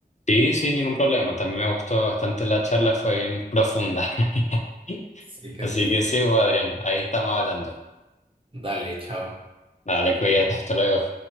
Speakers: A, on the left; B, on the right.
A: sí, sin ningún problema. También me gustó bastante la charla, fue bien profunda. <laughs>
B: Sí que
A: Así
B: sí.
A: que sí, pues, Adrián, ahí estamos hablando.
B: Dale, chao.
A: Dale, cuídate, hasta luego.